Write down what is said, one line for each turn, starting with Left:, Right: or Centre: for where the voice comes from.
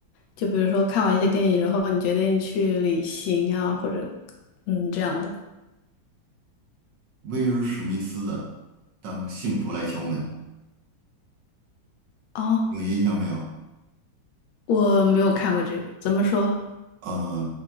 Left: 就比如说看完一些电影，然后你决定去旅行啊，或者嗯这样的。
Right: 威尔史密斯的《当幸福来敲门》
Left: 哦，
Right: 有印象没有？
Left: 我没有看过这个，怎么说？
Right: 呃，